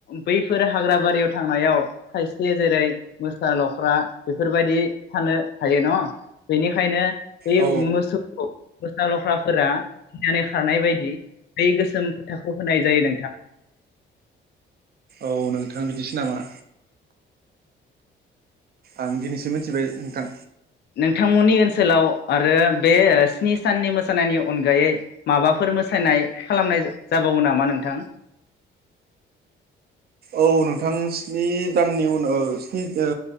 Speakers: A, on the left; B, on the right.
A: बैफोर हाग्रा बारियाव थांनायाव खायसे जेरै मोसा लख्रा बेफोरबायदि थानो हायो न' बेनिखायनो <unintelligible>
B: औ
A: मोसा लख्राफोरा गिनानै खारनाय बायदि बै गोसोम फोथाखौ होनाय जायो नोंथां।
B: औ नोंथां बिदिसो नामा? आं दिनैसो मिथिबाय नोंथां।
A: थांमोननि ओनसोलाव आरो बे स्नि साननि मोसानायनि अनगायै माबाफोर मोसानाय खालामनाय जाबावो नामा नोंथां?
B: औ नोंथां स्नि दाननि उनाव ओ स्नि ओ